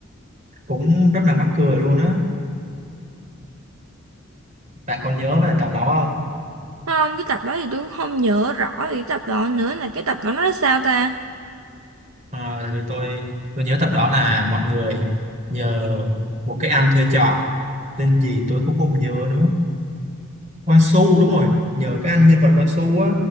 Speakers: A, on the right (about 35°); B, on the right (about 75°).
A: cũng rất là mắc cười luôn á bạn còn nhớ về tập đó không
B: không cái tập đó thì tôi cũng không nhớ rõ về cái tập đó nữa là cái tập đó nó là sao ta
A: Ờ, tại vì tôi tôi nhớ tập đó là mọi người nhờ một cái anh thuê trọ tên gì tôi cũng không nhớ nữa Quan Su đúng rồi nhờ cái anh nhân vật Quan Su á